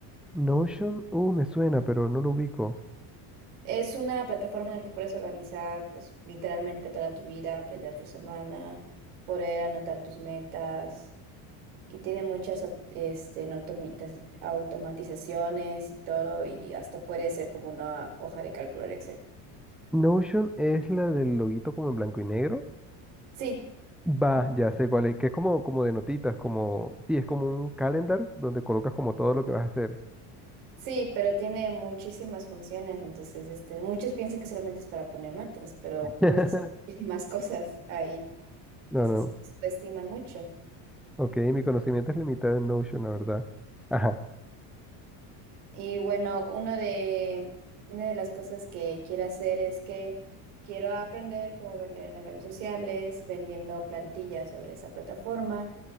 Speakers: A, in the centre; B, on the right (about 85°).
A: Notion, uh, me suena, pero no lo ubico.
B: Es una plataforma en la que puedes organizar, pues, literalmente toda tu vida, planear tu semana, poder anotar tus metas y tiene muchas op- este, en automatiz- automatizaciones y todo y hasta puede ser como una hoja de cálculo de Excel.
A: Notion es la del loguito como en blanco y negro.
B: Sí.
A: Va,
B: <laughs>
A: ya sé cuál es, que es como, como de notitas, como, sí, es como un calendar donde colocas como todo lo que vas a hacer.
B: Sí, pero tiene muchísimas funciones, entonces este, muchos piensan que solamente es para poner notas, pero
A: <laughs>
B: puedes hacer <laughs> muchísimas cosas ahí, entonces
A: No, no.
B: lo subestiman mucho.
A: Ok, mi conocimiento es limitado en Notion, la verdad. Ajá.
B: Y bueno, uno de, una de las cosas que quiero hacer es que quiero aprender cómo vender en las redes sociales, vendiendo plantillas sobre esa plataforma